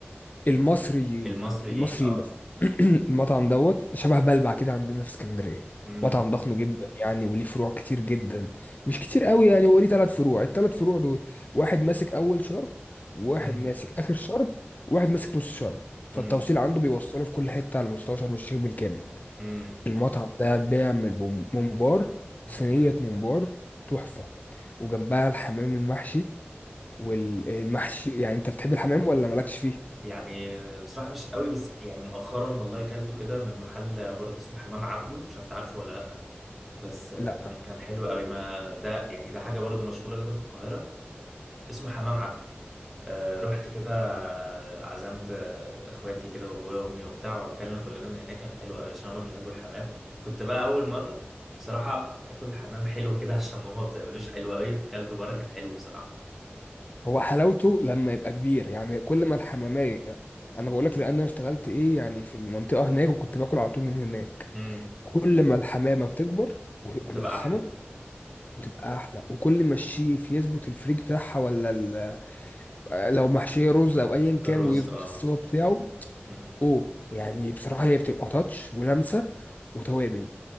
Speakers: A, on the left (about 40°); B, in the centre.
A: المصريين
B: المصريين
A: المصريين
B: اه
A: بس <clears throat> المطعم دوت شبه بلبع كده عندنا في اسكندريه
B: امم
A: مطعم ضخم جدا يعني وليه فروع كتير جدا مش كتير قوي يعني هو ليه ثلاث فروع الثلاث فروع دول واحد ماسك اول شرم وواحد
B: امم
A: ماسك اخر شرم وواحد ماسك نص شرم
B: امم
A: فالتوصيل عنده بيوصله في كل حته على مستوى شرم الشيخ بالكامل
B: امم
A: المطعم ده بيعمل بوم- ممبار صينيه
B: ده جامد
A: ممبار
B: ده
A: تحفه وجنبها الحمام المحشي والمحشي يعني انت بتحب الحمام ولا مالكش فيه؟
B: يعني بصراحة مش قوي بس يعني مؤخرا والله كلته كده من محل برضه اسمه حمام عبده مش عارف تعرفه ولا لأ بس كان
A: لا
B: كان حلو قوي ما ده يعني ده حاجة برضه مشهورة كده في القاهرة اسمه حمام عبده آه رحت كده آه، عزمت آه، اخواتي كده وابويا وامي وبتاع واكلنا كلنا من هناك كان حلو قوي عشان هما بيحبوا الحمام كنت بقى اول مرة بصراحة اكل الحمام حلو كده <laughs> عشان ماما ما بتعملوش حلو قوي فكلته بره كان حلو بصراحة
A: هو حلاوته لما يبقى كبير يعني كل ما الحمامية انا بقول لك لان انا اشتغلت ايه يعني في المنطقة هناك وكنت باكل على طول من هناك
B: امم
A: كل ما الحمامة بتكبر وتبقى
B: كنت
A: ملحمة
B: بقى احلى
A: وتبقى احلى وكل ما الشيف يظبط الفريك بتاعها ولا ال- آه، لو محشية رز او ايا كان
B: الرز
A: ويظبط
B: اه
A: السوا بتاعه
B: امم
A: اوه يعني بصراحة هي بتبقى تاتش ولمسة وتوابل